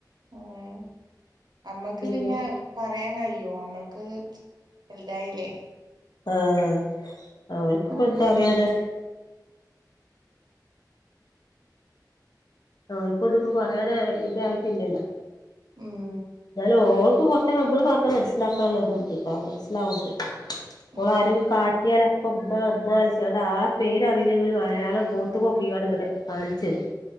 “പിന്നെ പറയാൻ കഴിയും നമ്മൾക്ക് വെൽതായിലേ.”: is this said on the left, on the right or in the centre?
Right